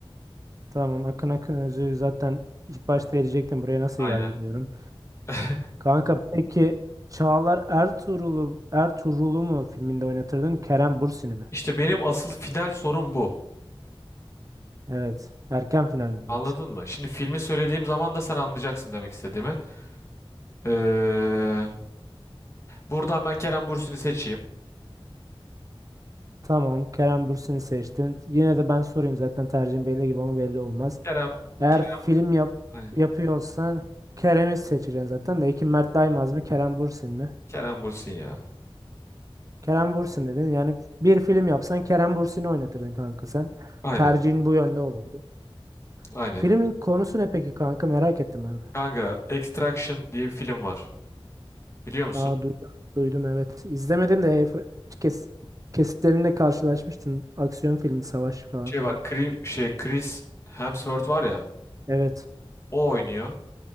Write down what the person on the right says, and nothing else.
Tamam Akın Akın Özü zaten ilk başta elecektim. Buraya nasıl
geldi diyorum.
Kanka peki Çağlar Ertuğrul'u Ertuğrul'u mu filminde oynatırdın? Kerem Bürsin'i mi?
Evet. Erken final mi
yoksa?
Tamam, Kerem Bürsin'i seçtin. Yine de ben sorayım zaten tercihim belli gibi ama belli olmaz.
Eğer
film yap
yapıyorsan Kerem'i seçeceksin zaten de. Ekim Mert Daimaz mı Kerem Bürsin mi?
Kerem Bürsin dedin. Yani bir film yapsan Kerem Bürsin'i oynatırdın kanka sen.
Tercihin bu yönde olurdu.
Filmin konusu ne peki kanka merak ettim abi.
Aa duydum, duydum evet. İzlemedim de Efr- kes kesitlerinde karşılaşmıştım. Aksiyon filmi, savaş falan
filan.
Evet,